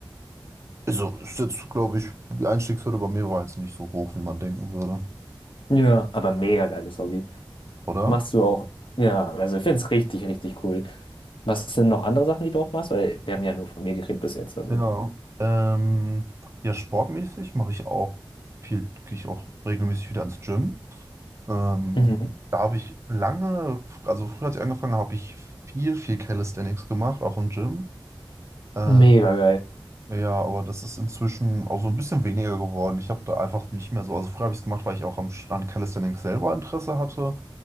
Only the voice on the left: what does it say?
ja. Aber mega geiles Hobby.
Machst du auch, ja, also ich finde es richtig, richtig cool. Was sind noch andere Sachen, die du auch machst? Weil wir haben ja nur von mir geredet bis jetzt, also.
Mhm.
Mega geil.